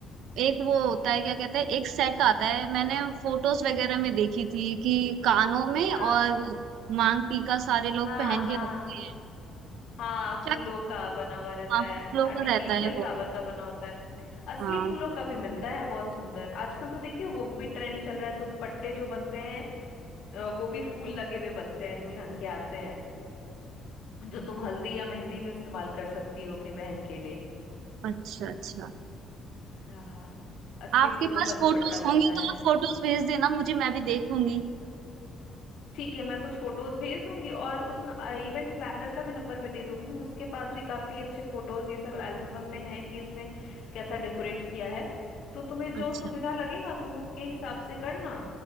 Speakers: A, on the right; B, on the left.
A: एक वो होता है क्या कहते हैं एक सेट आता है मैंने फोटोज वगैरह में देखी थी कि कानों में
B: हाँ
A: और मांग टीका सारे लोग
B: हाँ
A: पहन के
B: हाँ
A: रखते हैं
B: हाँ
A: क्या
B: फूलों का बना हुआ रहता
A: हाँ
B: है
A: फूलों
B: आर्टिफिशियल
A: का रहता है
B: फ्लावर
A: वो
B: का बना होता है असली
A: हाँ
B: फूलों का भी मिलता है बहुत सुंदर आजकल तो देखिए वो भी ट्रेंड चल रहा है दुपट्टे जो बनते हैं अ, वो भी फूल लगे हुए बनते हैं दुल्हन के आते हैं जो तुम हल्दी या मेहंदी में इस्तेमाल कर सकती हो अपनी बहन के लिए
A: अच्छा अच्छा
B: हाँ असली
A: आपके
B: फूलों
A: पास
B: का दुपट्टा
A: फोटोज होंगी
B: बनता
A: तो
B: है
A: आप फोटोज भेज देना मुझे मैं भी देखूंगी
B: ठीक है मैं कुछ फोटोज भेज दूंगी और उस इवेंट प्लानर का भी नंबर मैं दे दूंगी उसके पास भी काफी अच्छे फोटोज ये सब एल्बम में हैं कि उसने कैसा डेकोरेट किया है तो तुम्हें जो
A: अच्छा
B: सुविधा लगेगा तुम उसके हिसाब से करना